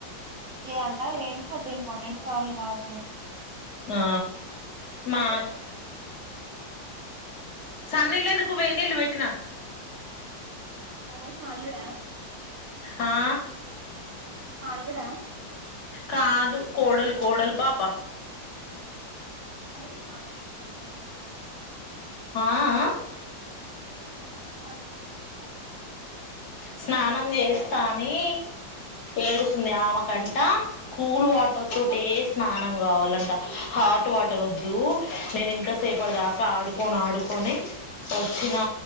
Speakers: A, on the right (about 60°); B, on the left (about 55°).
A: ఎ అంట ఏమి పెద్ద ఇంపార్టెంట్ కాల్ కాదులే.
B: ఆ మా సన్నీళ్ళు ఎందుకు? వేడి నీళ్లు పెట్టినా.
A: ఎవరు? మా అల్లుడా?
B: ఆ
A: మా అల్లుడా?
B: కాదు కోడలు కోడలు పాప.
A: అదే మారే సల్న్ <unintelligible>
B: ఆ ఆ
A: కనిపిస్తాదికద <unintelligible>
B: స్నానం చేస్తా అని ఏడుస్తుంది. ఆమె కంట కూల్ వాటర్ తోటే స్నానం కావాలట. హాట్ వాటర్ వద్దు నేను ఇంతసేపటి దాకా ఆడుకొని ఆడుకొని వచ్చినా,